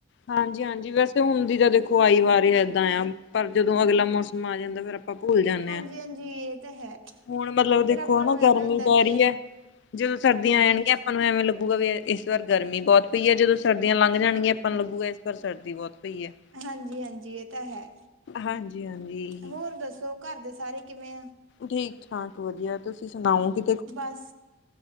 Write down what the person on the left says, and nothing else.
ਹਾਂਜੀ -ਹਾਂਜੀ ਵੈਸੇ ਹੁੰਣਦੀ ਤਾਂ ਦੇਖੋ ਆਈ ਵਾਰ ਇਏਦਾਂ ਆ, ਪਰ ਜਦੋਂ ਅਗਲਾ ਮੌਸਮ ਆ ਜਾਂਦਾ ਫਿਰ ਆਪਾਂ ਭੁੱਲ ਜਾਂਦੇ
ਹਾਂ।
ਹੁਣ ਮਤਲਬ
ਦੇਖੋ,
ਹਨ
ਨਾ
ਗਰਮੀ
ਪੈ
ਰਹੀ ਹੈ। ਜਦੋਂ ਸਰਦੀਆਂ
ਆ ਜਾਣਗੀਆਂ, ਆਪਾਂ ਨੂੰ ਐਵੇਂ ਲੱ ਲੱਗਾ ਵੀ ਇਸ ਵਾਰ ਗਰਮੀ ਬਹੁਤ ਪਈ ਹੈ, ਜਦੋਂ ਸਰਦੀਆਂ ਲੰਘ ਜਾਣਗੀਆਂ, ਆਪਾਂ ਲੱਗੂਗਾ ਇਸ ਵਾਰ ਸਰਦੀ ਬਹੁਤ ਪਈ ਹੈ।
ਹਾਂਜੀ-ਹਾਂਜੀ ਇਹੀ।
ਠੀਕ -ਠਾਕ ਵਧੀਆ, ਤੁਸੀਂ ਸੁਣਾਓ ਕਿ